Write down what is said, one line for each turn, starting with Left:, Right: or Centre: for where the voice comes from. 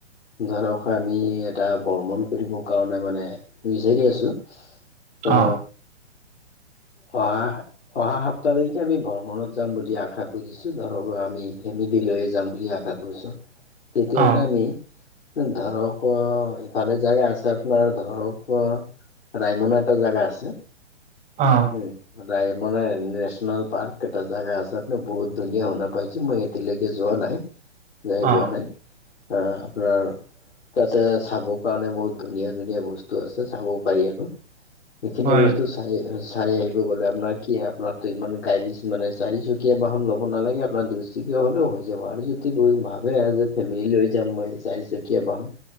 Left: ধৰক আমি এটা ভ্ৰমণ কৰিব কাৰণে মানে বিচাৰি আছো ত'
Right: অ
Left: অহা অহা সাপ্তাহ লৈকে আমি ভ্ৰমণত যাম বুলি আশা কৰিছো, ঘৰৰ পৰা আমি ফেমিলি লৈয়ে যাম বুলি আ শা কৰিছো তেতিয়াহ'লে
Right: অ
Left: আমি, ধৰক কোৱা ইফালে জাগা আছে, আপোনাৰ ধৰক কোৱা ৰাইমনা এটা জাগা আছে।
Right: অহ
Left: উম ৰাইমনা নেছনেল পাৰ্ক এটা জাগা আছে, আপুনি বহুত ধুনীয়া শুনা পাইছে মই এতিয়ালৈকে যোৱা নাই, যাই
Right: অ
Left: পোৱা নাই আ আপোনাৰ তাতে চাবৰ কাৰণে বহুত ধুনীয়া ধুনীয়া বস্তু আছে চাব পাৰি আৰু। সেইখিনি
Right: হয়।
Left: বস্তু চা চাই আহিব গ'লে আপোনাৰ কি আপোনাৰতো ইমান গাড়ী মানে চাৰিচকীয়া বাহন ল'ব নালাগে, আপোনাৰ দু চকিয়া হ'লেও হৈ যাব, আৰু যদি ব ভাবে আৰু যে ফেমিলি লৈ যাম মই চাৰিচকীয়া বাহন,